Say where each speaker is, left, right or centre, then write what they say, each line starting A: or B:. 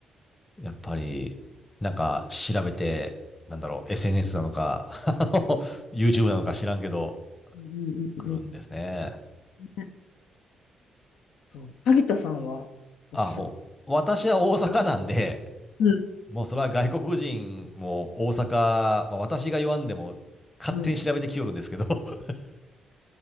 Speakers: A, on the left (about 20°); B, on the left (about 80°).
A: やっぱり、なんか調べて、なんだろう、SNS なのか、<laughs> あの YouTube なのか知らんけど、
B: うんうんうん
A: 来るんですね。
B: うんそう。萩田さんはおすす
A: あ、もう、私は大阪なんで、
B: め。うん
A: もうそれは外国人も大阪、まあ、私が言わんでも勝手に調べてきよるんですけど、
B: うん。
A: <laughs>